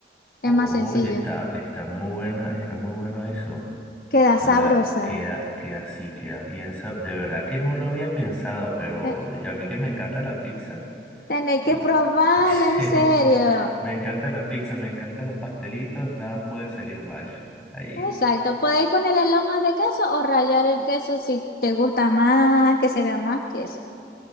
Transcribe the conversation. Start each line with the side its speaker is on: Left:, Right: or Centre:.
Centre: Oye,
Left: es más sencillo.
Centre: está, está muy buena, está muy bueno eso.
Left: Queda
Centre: La
Left: sabrosa.
Centre: queda, queda así, queda bien. sab- De verdad que no lo había pensado, pero
Left: Eh,
Centre: ya a mí que me encanta la pizza
Left: Tenés
Centre: y
Left: que probarla,
Centre: <laughs> sí,
Left: en serio.
Centre: me encanta la pizza, me encantan los pastelitos, nada puede salir mal allí.
Left: Exacto, podéis ponerle lonjas de queso o rallar el queso si te gusta más, que se vea más queso.